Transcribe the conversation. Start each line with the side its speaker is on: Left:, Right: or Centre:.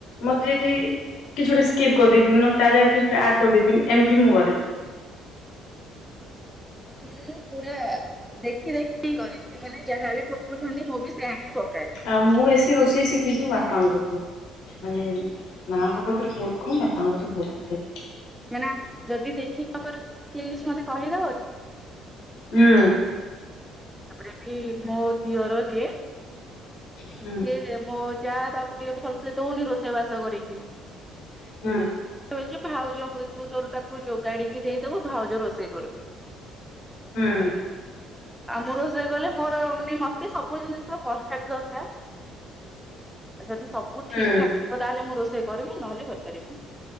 Left: ମତେ ଯଦି କିଛି ଗୋଟେ ସ୍କ୍ରିପ କରିଦେଇଥିବି ନହେଲେ ତା ଜାଗାରେ କିଛି ଗୋଟେ ଆଡ କରିଦେଇଥିବି ଏମିତି ମୁ କରେ।
Centre: <unintelligible> ପୁରା। ଦେଖି ଦେଖି କରେ ସେମାନେ ଯାହା ବି ପୋକାଉଛନ୍ତି ମୁଁ ବି ସେୟା ହିଁ ପକାଏ।
Left: ଆଉ ମୁଁ ବେଶୀ ରୋଷେଇ ଶିଖିଛି ବାପାଙ୍କ ଟୁ ମାନେ ମାଙ୍କ କତିରୁ ବହୁତ କମ୍ ବାପାଙ୍କ କତିରୁ ବହୁତ ଅଧିକ
Centre: କେନା ଯଦି ଦେଖି ନ କର କିଏ ଅଛି ମତେ କହିଦବ କି
Left: ହୁଁ
Centre: ତାପରେ ବି ମୋ ଦିଅର ଯିଏ
Left: ହୁଁ
Centre: ସେଏ ମୋ ଯା ତାକୁ ଟିକେ ଭଲସେ ଦଉନି ରୋଷେଇ ବାସ କରିକି
Left: ହଁ
Centre: <unintelligible> ଭାଉଜଙ୍କୁ ତୁ ତୋର ତାକୁ ଯୋଗାଡିକି ଦେଇଦବୁ ଭାଉଜ ରୋ ସେ କରିବେ।
Left: ହୁଁ
Centre: ଆଉ ମୁଁ ରୋଷେଇ କଲେ ମୋର ମାନେ ମତେ ସବୁ ଜିନିଷ ପ୍ରଫେକ୍ଟ ଦରକାର୍। ଆଉ ଯଦି ସବୁ
Left: ହୁଁ
Centre: ଠିକ ଠାକ୍ ଥିବ ତାହେଲେ ମୁଁ ରୋଷେଇ କରିବି ନହେଲେ କରି ପାରିବିନି।